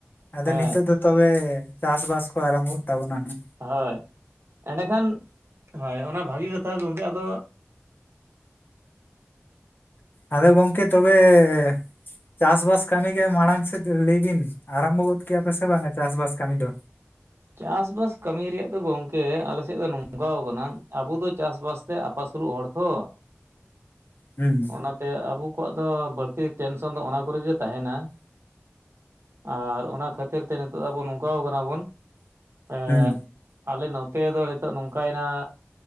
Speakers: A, on the left; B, on the right.
A: ᱟᱫᱚ
B: ᱦᱮᱸ
A: ᱱᱤᱛᱚᱜ ᱫᱚ ᱛᱚᱵᱮ ᱪᱟᱥ-ᱵᱟᱥ ᱠᱚ ᱟᱨᱟᱢᱚᱜ ᱛᱟᱵᱚᱱᱟ ᱱᱷᱟᱜ
B: ᱦᱚᱭ ᱮᱸᱰᱮᱠᱷᱟᱱ ᱦᱚᱭ ᱚᱱᱟ ᱵᱷᱟᱹᱜᱤ ᱠᱟᱛᱷᱟ ᱜᱚᱢᱠᱮ ᱟᱫᱚ
A: ᱟᱫᱚ ᱜᱚᱝᱠᱮ ᱛᱚᱵᱮ ᱪᱟᱥ-ᱵᱟᱥ ᱠᱟᱹᱢᱤ ᱜᱮ ᱢᱟᱲᱟᱝ ᱥᱮᱫ ᱞᱟᱹᱭ ᱵᱤᱱ ᱟᱨᱟᱢᱵᱷᱚ ᱜᱚᱫ ᱠᱮᱭᱟᱯᱮ ᱥᱮ ᱵᱟᱝᱟ ᱪᱟᱥ-ᱵᱟᱥ ᱠᱟᱹᱢᱤ ᱫᱚ?
B: ᱪᱟᱥ-ᱵᱟᱥ ᱠᱟᱹᱢᱤ ᱨᱮᱭᱟᱜ ᱫᱚ ᱜᱚᱝᱠᱮ ᱟᱞᱮᱥᱮᱫ ᱫᱚ ᱱᱚᱝᱠᱟ ᱟᱠᱟᱱᱟ ᱟᱵᱚ ᱫᱚ ᱪᱟᱥ-ᱵᱟᱥ ᱛᱮ ᱟᱹᱥᱩᱞᱚᱜ ᱦᱚᱲ ᱛᱚ
A: ᱦᱩᱸ-ᱦᱩᱸ
B: ᱚᱱᱟᱛᱮ ᱟᱵᱚ ᱠᱚᱣᱟᱜ ᱫᱚ ᱵᱟᱹᱲᱛᱤ ᱴᱮᱱᱥᱚᱱ ᱫᱚ ᱚᱱᱟ ᱠᱚᱨᱮ ᱜᱮ ᱛᱟᱦᱮᱱᱟ ᱾ ᱟᱨ ᱚᱱᱟ ᱠᱷᱟᱹᱛᱤᱨ ᱛᱮ ᱱᱤᱛᱚᱜ ᱟᱵᱚ ᱱᱚᱝᱠᱟ ᱟᱠᱟᱱᱟ ᱵᱚᱱ ᱮᱸᱫ
A: ᱦᱩᱸ
B: ᱟᱞᱮ ᱱᱚᱛᱮ ᱫᱚ ᱱᱤᱛᱚᱜ ᱱᱚᱝᱠᱟ ᱭᱮᱱᱟ